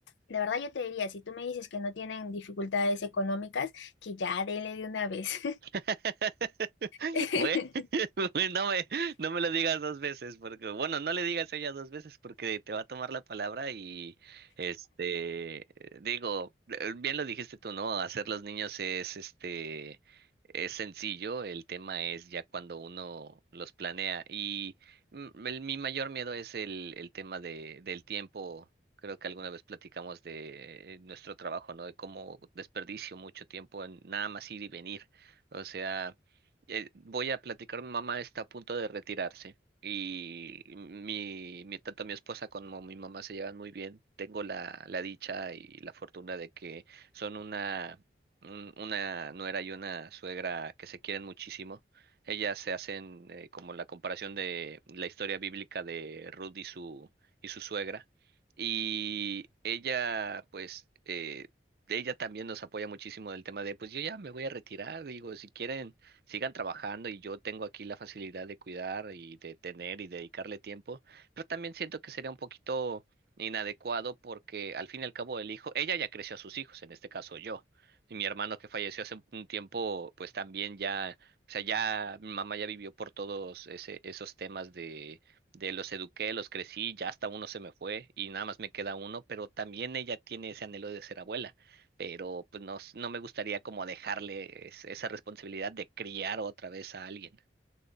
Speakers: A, on the left; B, on the right.
A: la verdad yo te diría, si tú me dices que no tienen dificultades económicas, que ya dele de una vez.
B: <laughs>
A: <laughs>
B: Bue- <laughs> Bueno, no me, no me lo digas dos veces, porque, bueno, no le digas a ella dos veces porque te va a tomar la palabra y, este, digo, eh, bien lo dijiste tú, ¿no? Hacer los niños es, este, es sencillo, el tema es ya cuando uno los planea y mm, el- mi mayor miedo es el, el tema de, del tiempo. Creo que alguna vez platicamos de eh, nuestro trabajo, ¿no? De cómo desperdicio mucho tiempo en nada más ir y venir. O sea, eh, voy a platicar, mi mamá está a punto de retirarse y mi, mi, tanto mi esposa como mi mamá se llevan muy bien. Tengo la, la dicha y la fortuna de que son una, un- una nuera y una suegra que se quieren muchísimo. Ellas se hacen eh, como la comparación de la historia bíblica de Ruth y su, y su suegra. Y ella, pues... eh, ella también nos apoya muchísimo del tema de, pues yo ya me voy a retirar, digo, si quieren, sigan trabajando y yo tengo aquí la facilidad de cuidar y de tener y dedicarle tiempo, pero también siento que sería un poquito inadecuado porque al fin y al cabo el hijo, ella ya creció a sus hijos, en este caso yo, y mi hermano que falleció hace un tiempo, pues también ya, o sea, ya mi mamá ya vivió por todos ese, esos temas de... De los eduqué, los crecí, ya hasta uno se me fue y nada más me queda uno, pero también ella tiene ese anhelo de ser abuela pero pues no, s- no me gustaría como dejarle es- esa responsabilidad de criar otra vez a alguien.